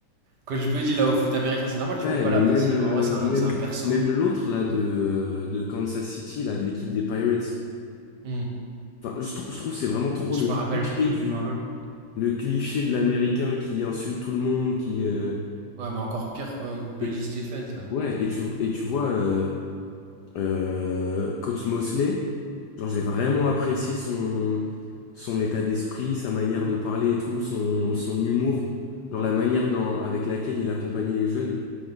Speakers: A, on the right; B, on the left.
A: Coach Buddy, là, au foot américain, c'est normal, tu
B: ouais,
A: peux pas
B: mais
A: l'apprécier,
B: même, euh,
A: mais en vrai, c'est un,
B: même,
A: c'est un perso.
B: même l'autre, là, de, de Kansas City, là, de l'équipe des Pirates.
A: Hmm.
B: Enfin, je, trou- je trouve que c'est vraiment trop
A: Je
B: le
A: me rappelle
B: cliché
A: plus,
B: du,
A: je me rappelle plus.
B: le cliché de l'américain qui insulte tout le monde, qui, euh,
A: Ouais, mais encore pire, euh, Buddy
B: et,
A: Stephens, là.
B: ouais, et tu, et tu vois, euh, Euh, coach Mosley, genre j'ai vraiment apprécié son, son état d'esprit, sa manière de parler et tout, son, son humour, genre la manière dans, avec laquelle il accompagnait les jeunes.